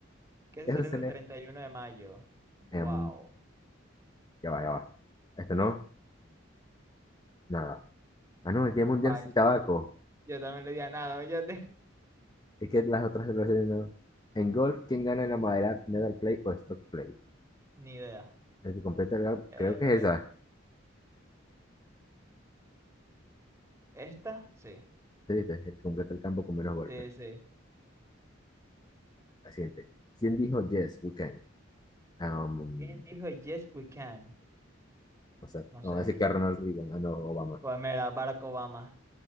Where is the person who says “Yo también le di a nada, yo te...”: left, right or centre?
Right